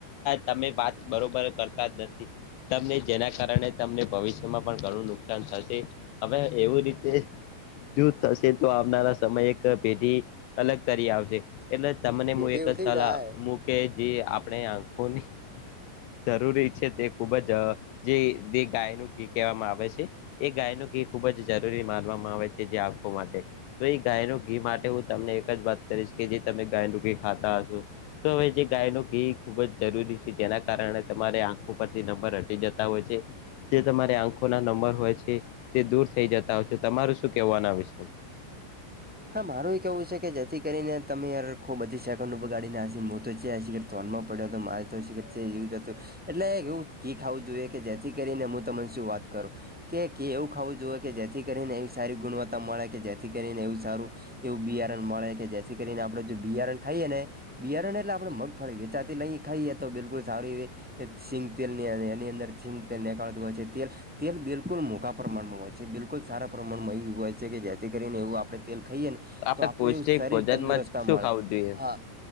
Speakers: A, on the left (about 90°); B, in the centre.
A: તમે વાત બરોબર કરતા જ નથી તમને જેના કારણે. તમને ભવિષ્યમાં પણ ઘણું નુકસાન થશે હવે એવું રીતે જો થશે. તો આવનારા સમયે એક પેઢી અલગ તરી આવશે એટલે તમને
B: પેઢી
A: હું એક
B: ઉઠી
A: જ સલાહ
B: જાય
A: મુું કે જે આપણે આંખોની જરૂરી છે તે ખૂબ જ જે ગાયનું ઘી કહેવામાં આવે છે. એ ગાય નું ઘી ખૂબ જ જરૂરી માનવામાં આવે છે જે આખો માટે તો એ ગાયનું ઘી માટે હું તમને એક જ વાત કરીશ કે જે તમે ગાયનું ઘી ખાતા હશું તો હવે જે ગાય ન ઘી ખુબ જ જરૂરી છે જેના કારણે તમારે આંખો પરથી નંબર હટી જતા હોય છે. જે તમારે આંખો ના નંબર હોય છે તે દૂર થઈ જતા હોય છે તમારૂ શું કહેવુ આના વિશે.
B: હા મારું કેવું છે કે જેથી કરીને તમે યાર ખુ બધી સેકન્ડ બગાડી ના મુ તો ચિયા સિખબર ધોન માં પડ્યો તો મારે છે એવું જ હતું એટલે એવું કી ખાવું જોઈએ કે જેથી કરીને હું તમન શું વાત કરું. કે એવું ખાવું જોઈએ કે જેથી કરીને એવી સારી ગુણવત્તા મળે કે જેથી કરીને એવું સારું એવું બિયારણ મળે કે જેથી કરીને આપડે જો બિયારણ ખાઈએ ને બિયારણ એટલે આપડણે મગ મગફળી વેચાતી લઈ ખાઈએ તો બિલકુલ સારૂ એવી સિંગતેલ ની એની અંદર સિંગતેલ નેકળતું હોય છે તેલ તેલ બિલકુલ મોઘા પ્રમાણમાં હોય છે બિલકુલ સારા પ્રમાણમાં એવું હોય છે કે જેથી કરીને એવું આપણે તેલ ખઈએ ને
A: આપણે
B: તો આપડું
A: પૌષ્ટિક
B: એવું શરીર
A: ભોજનમાં
B: તંદુરસ્તા
A: શું
B: મળે
A: ખાવું જોઈએ
B: હા.